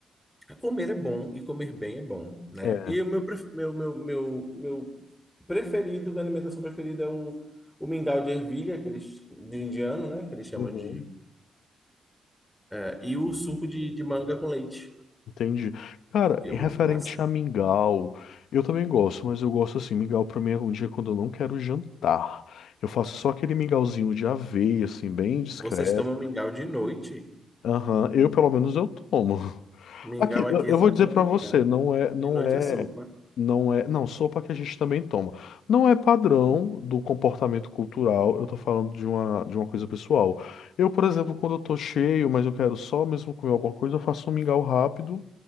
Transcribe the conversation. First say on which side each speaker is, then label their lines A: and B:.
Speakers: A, in the centre; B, on the left.
A: comer é bom e comer bem é bom, né?
B: É.
A: E o meu, pref- meu, meu, meu, meu preferido, minha alimentação preferida é o, o mingau de ervilha, que eles, de indiano, né? Que eles chamam
B: uhum.
A: de. é, e o suco de de manga com leite.
B: Entendi. Cara,
A: Eu
B: em referente
A: mando lá. assim.
B: a mingau, eu também gosto, mas eu gosto assim, mingau pra mim é um dia quando eu não quero jantar. Eu faço só aquele mingauzinho de aveia, assim, bem discreto.
A: Vocês tomam mingau de noite?
B: Aham, eu pelo menos eu tomo.
A: Mingau
B: Aqui,
A: aqui
B: eu eu
A: é só
B: vou
A: pela
B: dizer pra
A: manhã.
B: você, não é,
A: De
B: não
A: noite
B: é,
A: é sopa.
B: não é, não, sopa que a gente também toma. Não é padrão do comportamento cultural, eu tô falando de uma, de uma coisa pessoal. Eu, por exemplo, quando eu tô cheio, mas eu quero só mesmo comer alguma coisa, eu faço um mingau rápido,